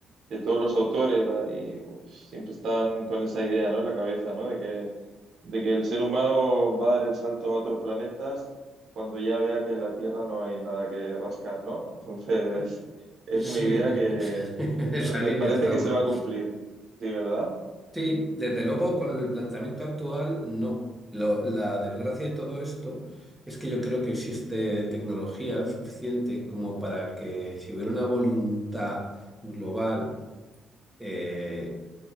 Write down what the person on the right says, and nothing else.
que todos los autores ahí, pues, siempre están con esa idea, ¿no? En la cabeza, ¿no? De que, de que el ser humano va a dar el salto a otros planetas cuando ya vea que en la Tierra no hay nada que rascar, ¿no? <laughs> Entonces, es una
idea
que,
que parece,
parece
que se va a cumplir, ¿sí, verdad?